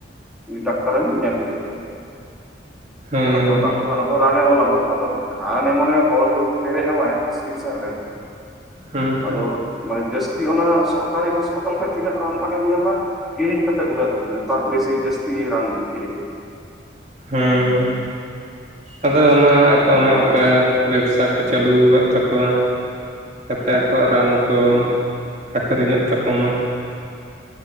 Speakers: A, in the centre; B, on the right.
A: ᱩᱱᱤ ᱰᱟᱠᱛᱟᱨᱮᱢ ᱧᱮᱞ ᱦᱚᱪᱚ ᱠᱮᱫᱮᱭᱟ
B: ᱦᱮᱸ
A: ᱟᱫᱚ ᱰᱟᱠᱛᱟᱨ
B: ᱦᱮᱸ
A: ᱨᱟᱱᱮ ᱚᱞ ᱟᱢᱟ ᱟᱫᱚ ᱨᱟᱱ ᱮᱢᱚᱱᱮ ᱚᱞ ᱯᱮᱨᱮᱡ ᱟᱢᱟᱭ ᱯᱮᱥᱠᱤᱯᱥᱚᱱ ᱨᱮ
B: ᱦᱮᱸ
A: ᱟᱫᱚ
B: ᱦᱮᱸ
A: ᱢᱟᱱᱮ ᱡᱟᱹᱥᱛᱤ ᱚᱱᱟ ᱥᱚᱨᱠᱟᱨᱤ ᱦᱟᱸᱥᱯᱟᱛᱟᱞ ᱠᱷᱚᱡ ᱛᱤᱱᱟᱹᱜ ᱨᱟᱱ ᱵᱟᱝ ᱮᱢ ᱧᱟᱢᱟ ᱠᱤᱨᱤᱧ ᱠᱟᱛᱮᱫ ᱩᱱᱟᱹᱜ ᱱᱮᱛᱟᱨ ᱵᱮᱥᱤ ᱡᱟᱹᱥᱛᱤ ᱨᱟᱱ ᱠᱤᱨᱤᱧ
B: ᱦᱮᱸ ᱦᱩᱸ ᱟᱫᱚ ᱚᱱᱟ ᱟᱠᱚ ᱚᱱᱮ
A: ᱟᱨ
B: ᱚᱱᱠᱟ ᱵᱮᱵᱽᱥᱟ ᱠ ᱠᱚ ᱪᱟᱹᱞᱩᱣ ᱠᱟᱫ ᱛᱟᱠᱚᱣᱟ, ᱡᱟᱛᱮ ᱟᱠᱚᱣᱟᱜ ᱨᱟᱱ ᱠᱚ
A: ᱦᱳᱭ
B: ᱟᱠᱨᱤᱧᱚᱜ ᱛᱟᱠᱚ ᱢᱟ᱾